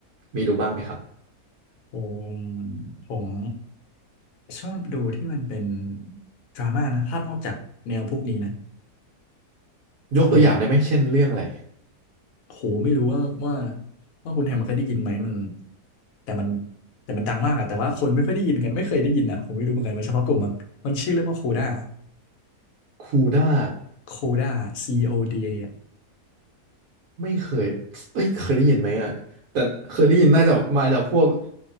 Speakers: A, on the right; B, on the left.
A: มีดูบ้างไหมครับ
B: ผมผมชอบดูที่มันเป็นดราม่านะถ้านอกจากแนวพวกนี้นะอืม
A: ยกตัวอย่างได้ไหมเช่นเรื่องอะไร
B: โหไม่รู้ว่าว่าว่าคุณแฮมเคยได้ยินไหมมันแต่มันแต่มันดังมากอะแต่ว่าคนไม่ค่อยได้ยินกันไม่เคยได้ยินอะผมไม่รู้เหมือนกันมันเฉพาะกลุ่มมั้งมันชื่อเรื่องว่าโคด้า
A: คูด้า
B: โคด้า C O D A
A: ไม่เคยเอ้ยเคยได้ยินไหมอ่ะแต่เคยได้ยินน่าจะมาจากพวก